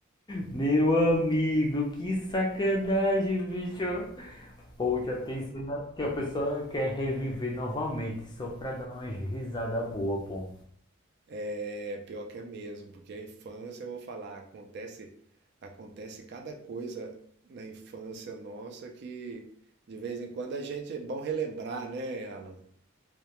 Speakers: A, on the left; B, on the right.
A: Meu amigo, que sacanagem, bicho. Poxa, tem cena que a pessoa quer reviver novamente só pra dar umas risadas boas, pô.
B: É pior que é mesmo, porque a infância, eu vou falar, acontece, acontece cada coisa na infância nossa que de vez em quando a gente é bom relembrar, né, Alan?